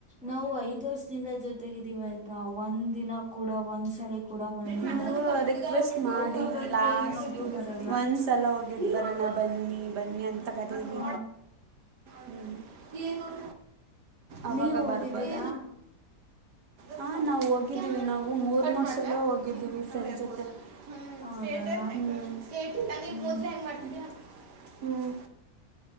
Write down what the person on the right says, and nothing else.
ನೀವು ರಿಕ್ವೆಸ್ಟ್ ಮಾಡಿ
ಲಾಸ್ಟ್
ಒಂದ್ಸಲ ಹೋಗಿದ್ದು ಬರೋಣ ಬನ್ನಿ ಬನ್ನಿ ಅಂತ. ಕರಿರಿ.
ಹ್ಮ್ ಹ ಅವಾಗ
ಬರ್ಬೊದ ಹಾ ನಾವು ಹೋಗಿದ್ದೀವಿ ನಾವು ಮೂರ್ ನಾಲ್ಕು ಸಲ ಹೋಗಿದ್ದೀವಿ ಫ್ರೆಂಡ್ಸ ಜೊತ. ಹ
ಸ್ಟೇಟಸ್ ಹೆಂಗೆ ಸ್ಟೇ್ಟೇ ನೀ
ಮೊದ್ಲೇ ಹಂಗ ಮಾಡ್ತೀದೀಯ. ಹ್ಮ್